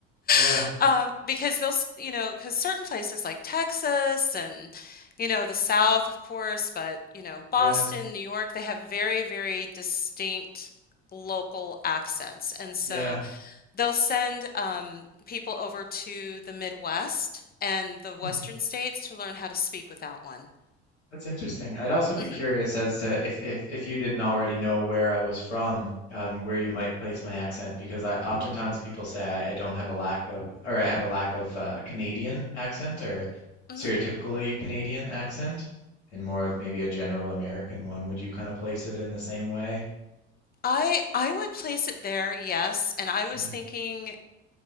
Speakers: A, on the left; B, on the left.
A: yeah,
B: <laughs> um, because those you know because certain places like Texas and you know the South of course, but you know Boston,
A: yeah,
B: New York, they have very very distinct local accents, and so.
A: yeah.
B: They'll send um, people over to the Midwest and the Western
A: Hmm,
B: states to learn how to speak without one.
A: That's interesting. I'd also be
B: Mm-hmm,
A: curious as to if if if you didn't already know where I was from, um, where you might place my accent, because I oftentimes people say I, I don't have a lack of, or I have a lack of uh, Canadian accent or
B: mm-hmm.
A: stereotypically Canadian accent, and more of maybe a general American one. Would you kind of place it in the same way?
B: I I would place it there, yes. And I was
A: Hmm,
B: thinking,